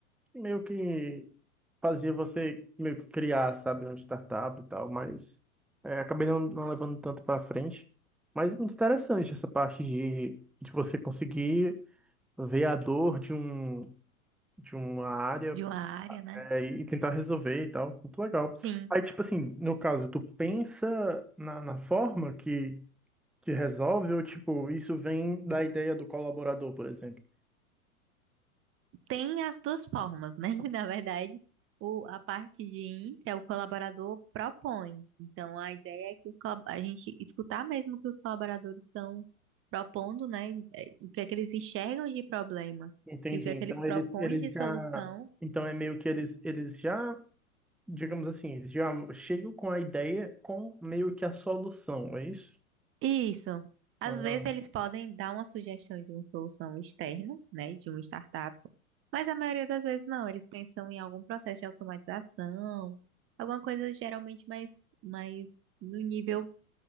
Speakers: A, in the centre; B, on the right.
A: meio que. fazia você meio que criar, sabe, uma startup e tal, mas é, acabei não, não levando tanto para frente. Mas muito interessante essa parte de, de você conseguir ver a dor de um de uma área
B: De uma área, né?
A: é, e tentar resolver e tal. Muito legal.
B: Sim.
A: Aí, tipo assim, no caso, tu pensa na, na forma que, que resolve ou, tipo, isso vem da ideia do colaborador, por exemplo.
B: Tem as duas formas, né? <laughs> Na verdade, o, a parte de intra, o colaborador propõe. Então, a ideia é que os, colab- a gente escutar mesmo o que os colaboradores estão propondo, né? eh, O que é que eles enxergam de problema
A: Entendi.
B: e o que é
A: Então,
B: que eles propõem
A: eles, eles
B: de
A: já...
B: solução
A: Então, é meio que eles, eles já digamos assim, eles já chegam com a ideia com meio que a solução, é isso?
B: Isso. Às
A: Ah,
B: vezes eles podem dar uma sugestão de uma solução externa, né, de uma startup, mas a maioria das vezes não. Eles pensam em algum processo de automatização, alguma coisa geralmente mais, mais no nível